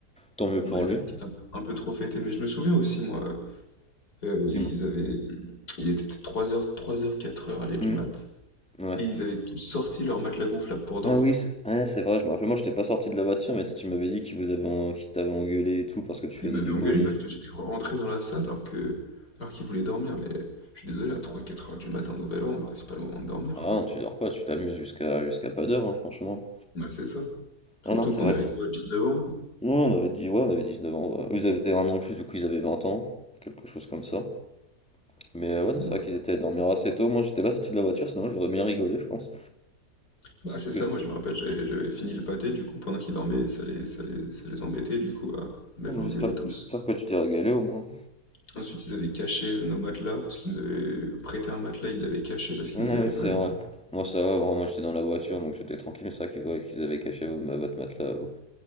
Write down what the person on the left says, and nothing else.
Ouais, il
a peut-être un, peu un peu trop fêté, mais je me souviens aussi, moi, euh, ils
avaient, il était peut-être trois heures trois heures quatre heures à l'aller du
mat,
et ils avaient tous sorti leur matelas gonflable pour dormir.
Il m'avait
engueulé
parce que j'étais rentré dans la salle alors que alors qu'il voulait dormir, mais je suis désolé, à trois quatre heures du matin, Nouvel An, bah, c'est pas le moment de dormir,
quoi.
Bah, c'est ça. Surtout
qu'on
avait quoi, 19 ans?
euh,
voilà.
Bah, c'est
ça, moi je me rappelle, j'avais j'avais fini le pâté, du coup, pendant qu'ils dormaient, ça les, ça les, ça les embêtait, du coup, bah, ils m'avaient
engueulé tous.
Ensuite, ils avaient caché euh, nos matelas, parce qu'ils nous avaient prêté un matelas, ils l'avaient caché parce qu'ils
nous aimaient
pas,
du
coup.